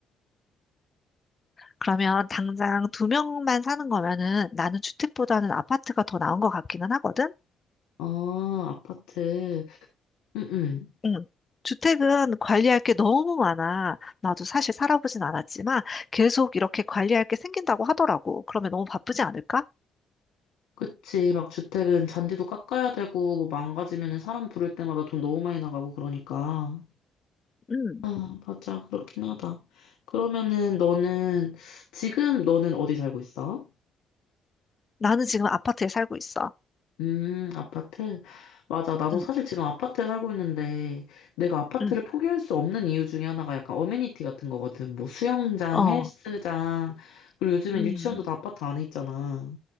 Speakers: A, on the left; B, on the left.
A: 그러면 당장 두 명만 사는 거면은 나는 주택보다는 아파트가 더 나은 것 같기는 하거든?
B: 어, 아파트. 응응.
A: 응. 주택은 관리할 게 너무 많아. 나도 사실 살아보진 않았지만 계속 이렇게 관리할 게 생긴다고 하더라고. 그러면 너무 바쁘지 않을까?
B: 그치. 막 주택은 잔디도 깎아야 되고, 뭐 망가지면은 사람 부를 때마다 돈 너무 많이 나가고 그러니까.
A: 응.
B: 아, 맞아. 그렇긴 하다. 그러면은 너는, 지금 너는 어디 살고 있어?
A: 나는 지금 아파트에 살고 있어.
B: 음, 아파트? 맞아. 나도
A: 응,
B: 사실 지금 아파트에 살고 있는데, 내가 아파트를
A: 응,
B: 포기할 수 없는 이유 중에 하나가 약간 어메니티 같은 거거든. 뭐 수영장,
A: 어,
B: 헬스장, 그리고 요즘엔
A: 응.
B: 유치원도 다 아파트 안에 있잖아.